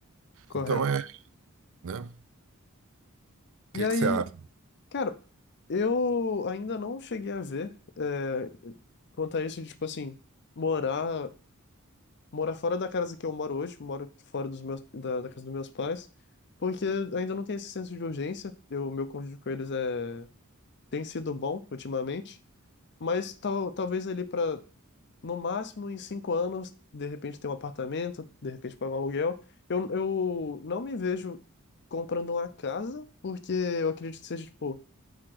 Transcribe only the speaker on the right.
Então é, né? O
que
que você acha?